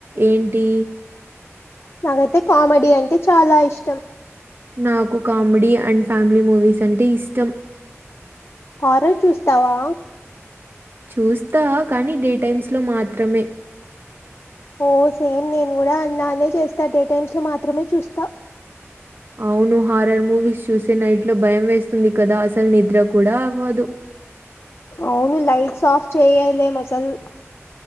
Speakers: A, on the right; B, on the left.
A: ఏంటి
B: నాకైతే కామెడీ అంటే చాలా ఇష్టం
A: నాకు కామెడీ అండ్ ఫ్యామిలీ మూవీస్ అంటే ఇష్టం
B: హారర్ చూస్తావా
A: చూస్తా కానీ డే టైమ్స్ లో మాత్రమే
B: ఓ సేమ్ నేను గుడా అలానే చేస్తా డే టైమ్స్ లో మాత్రమే చూస్తా
A: అవును హారర్ మూవీస్ చూసే నైట్ లో భయం వేస్తుంది కదా అసలు నిద్ర కూడా అవ్వదు
B: అవును లైట్స్ ఆఫ్ చెయలేం అసల్